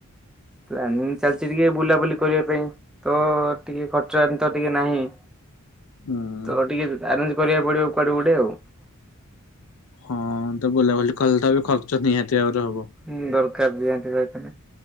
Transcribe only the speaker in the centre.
ପ୍ଲାନିଂ ଚାଲିଛି ଟିକେ ବୁଲାବୁଲି କରିବା ପାଇଁ। ତ ଟିକେ ଖର୍ଚ୍ଚ ଏଠି ତ ଟିକେ ନାହିଁ।
ତ ଟିକେ ଆରେଞ୍ଜ କରିବାକୁ ପଡିବ କୁଆଡେ ଗୋଟେ ଆଉ।
ହୁଁ ଦରକାର ଦିହାନ୍ତି ଯାଇଥିଲେ